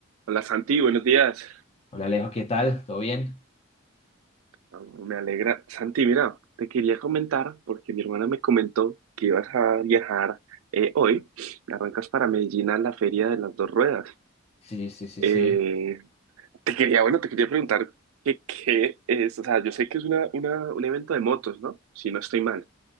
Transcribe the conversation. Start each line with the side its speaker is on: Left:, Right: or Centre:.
Right: Hola Santi, buenos días.
Left: Hola Alejo, ¿qué tal? ¿Todo bien?
Right: Oh, Me alegra. Santi, mira, te quería comentar porque mi hermana me comentó que ibas a viajar eh, hoy. Arrancas para Medellín a la Feria de las Dos Ruedas.
Left: Sí, sí, sí,
Right: Eh,
Left: sí.
Right: te quería, bueno, te quería preguntar que- qué es, o sea, yo sé que es una, una- un evento de motos, ¿no? Si no estoy mal,